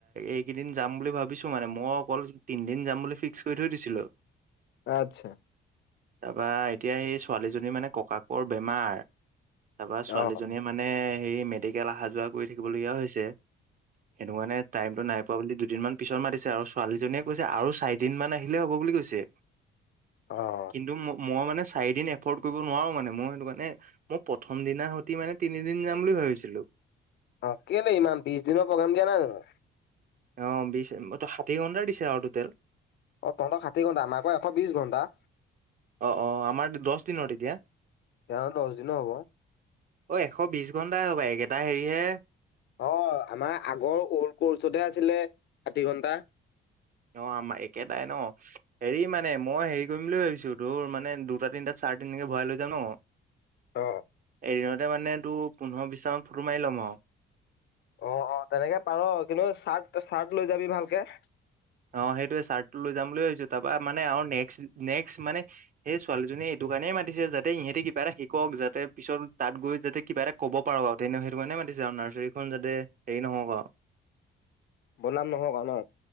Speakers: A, on the right (about 45°); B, on the left (about 60°).
A: এইকেইদিন যাম বুলি ভাবিছো মানে মই অকল তিনদিন যাম বুলি ফিক্স কৰি থৈ দিছিলোঁ।
B: আত্ছা
A: তাৰপৰা এতিয়া সেই ছোৱালীজনী মানে ককাকৰ বেমাৰ। তাৰাপৰা
B: অ',
A: ছোৱালীজনীয়ে মানে সেই মেডিকেল অহা যোৱা কৰি থাকিবলগীয়া হৈছে। সেনে মানে টাইমটো নাই পোৱা বুলি দুদিনমান পিছত মাতিছে আৰু ছোৱালীজনীয়ে কৈছে আৰু চাৰিদিন মান আহিলে হ'ব বুলি কৈছে।
B: অ',
A: কিন্তু মই মানে, চাৰি দিন এফৰ্ড কৰিব নোৱাৰোঁ মানে মই সেইটো মানে মই প্ৰথম দিনা সতি মানে তিনিদিন যাম বুলি ভাবিছিলোঁ।
B: অ কেলে ইমান বিশ দিনৰ প্ৰগ্ৰাম দিয়া নাই জানো?
A: অ বিশ ষাঠি ঘণ্টা দিছে আৰু টোটেল।
B: অ তহঁতৰ ষাঠি ঘণ্টা, আমাৰাকৈ এশ বিশ ঘণ্টা।
A: অ অ আমাৰ দহ দিনৰ এতিয়া।
B: সিহঁতৰ দহ দিনৰ হ'ব।
A: অ এশ বিশ ঘণ্টাই হ'বা এইকেইটা হেৰিহে।
B: অ আমাৰ আগৰ ওল্ড কৰ্চতহে আছিলে ষাঠি ঘন্টা।
A: অ আমাৰ একেটাই ন হেৰি মানে মই হেৰি কৰিম বুলি ভাবিছোঁ তোৰ মানে দুটা তিনিটাত। চাৰ্টিনকে ভয় লৈ যায় ন?
B: অ
A: এদিনতে মানে তোৰ পোন্ধৰ বিশটামান ফটো মাৰি ল'ম আৰু।
B: অ অ তেনেকে পাৰ কিন্তু চাৰ্ট চাৰ্ট লৈ যাবি ভালকে।
A: অ সেইটোয়ে চাৰ্টটো লৈ যাম বুলি ভাবিছো তাপা মানে আৰু নেক্স নেক্স মানে সেই ছোৱালীজনীয়ে এইটো। দোকানে মাতিছে যাতে ইহঁতে কিবা এটা শিকক যাতে পিছত তাত গৈ যাতে কিবা এটা কব পাৰক আৰু তেনেও সেইটো কাৰণে দি আৰু নাৰ্চাৰীখন যাতে হেৰি নহওক আৰু।
B: বনাম নহওক আনক।